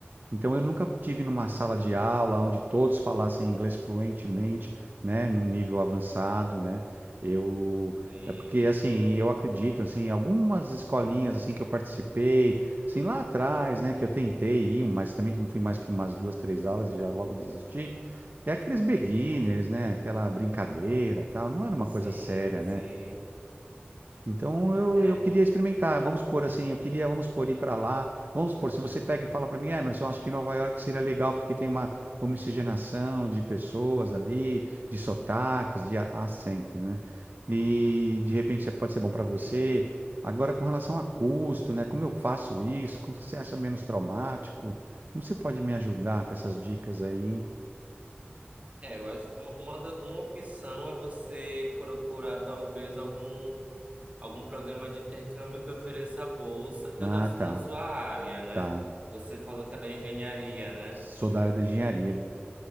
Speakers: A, on the right; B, on the right.
A: Então eu nunca tive numa sala de aula onde todos falassem inglês fluentemente, né, num nível avançado, né? Eu
B: Sim,
A: é porque assim, eu acredito assim, algumas escolinhas assim que eu participei, assim lá atrás, né, que eu tentei ir, um, mas também não fui mais que umas duas, três aulas e já logo desisti. É aqueles beginners, né, aquela brincadeira, tal, não era uma
B: sim,
A: coisa séria,
B: sim.
A: né? Então eu,
B: É,
A: eu queria experimentar. Vamos por assim, eu queria, vamos por ir para lá. Vamos por, se você pega e fala para mim, Emerson, acho que Nova York seria legal porque tem uma homogeneização de pessoas ali, de sotaques, de a- acento, né? E de repente isso pode ser bom para você.
B: sim.
A: Agora, com relação a custo, né? Como eu faço isso? Como você acha menos traumático? Como você pode me ajudar com essas dicas aí, hein?
B: É, eu acho que uma, uma, da- uma opção é você procurar talvez algum algum programa de intercâmbio que ofereça bolsa da,
A: Ah, tá,
B: na sua área, né?
A: tá.
B: Você falou que é da engenharia, né?
A: Sou da área da engenharia,